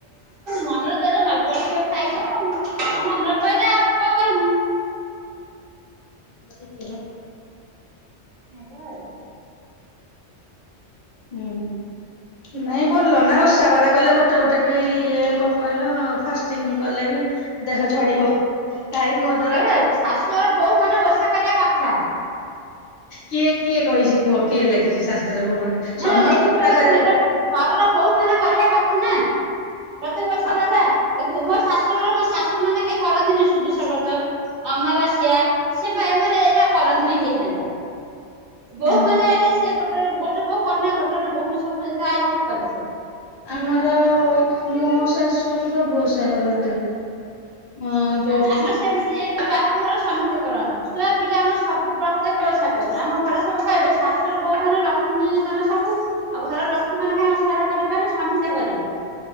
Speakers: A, on the right; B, on the left.
A: ମନର ଧର ନ ପଡିଥିବ ଖାଇଦଉ ଆଉ ମନର ପହିଲେ ଆଉ। କଣ କରିମୁ।
B: <unintelligible>
A: ହାଲୋ
B: ହୁଁ ହୁଁ। ନାଇଁ ଭଲ ନା ଓଷାବାର କଲେ ଗୋଟେ। ଗୋଟେ ଗୋଟେ ବି ଇଏ କଣ କହିଲ ଫାଷ୍ଟିଂ କଲେ ବି ଦେହ ଝଡିବ। କାଇ ମ <unintelligible>
A: ତବେ ଶାଶୁଘର ବୋହୂ ମାନେ ଓଷା କରିବା କଥା।
B: କିଏ କିଏ କହିଚି କୁହ କିଏ ଲେଖିଚି ଶାସ୍ତ୍ରଭବନେ,
A: ନା
B: ସମସ୍ତେ
A: ଲେଖିବା
B: ଓଷା କରିବା
A: ନୁହେଁ ଏଟା
B: କଥା।
A: ଘରର ବୋହୂ ମାନେ କରିବା କଥା ନା ପ୍ରତିିବର୍ଷ
B: କଥା
A: <unintelligible> ମୋ ଶାଶୁ ଶାଶୁ ଘରେ ମୋ ଶାଶୁ ମାନେ କିଏ କରନ୍ତିନି ସୁଦୁଷାବ୍ରତ। ଅମାବାସ୍ୟା ସେ ଏମାନେ ଏମାନେ ଏଇଟା କରନ୍ତିନି କେହି ତାଙ୍କର। ବହୁ
B: ଓହୋ
A: ମାନେ ଆଇଲେ ସେ ଗୋଟେ ଗୋଟେ ବହୁ କନେ ଗୋଟେ ଗୋଟେ ବହୁ ସବୁ ଆଇଲେ ସେ କଲେ ସବୁ।
B: ଆମର ମୋ ଶାଶୁ ସବୁ ଓଷା କରନ୍ତି। ହଁ
A: ନା
B: ଯୋଉ
A: ଆମର ସେମିତି ଏ ବାପା ଘର ସମୀତେ କରନ୍ତି। ଛୁଆ ପିଲା ଆମର ସବୁ ପ୍ରତ୍ୟେକ ଓଷା କରିବେ ଆମ ଘରେ ସବୁ କହିବେ ଶାଶୁୁର ବୋଉ ମାନେ ଲକ୍ଷ୍ମୀ ତମେ ସବୁ ଆଉ ଘରର ଲକ୍ଷ୍ମୀ ମାନେ କାହିଁ ଓଷା ଗୁରା କରିପାରି ସମୀତେ କରିବ।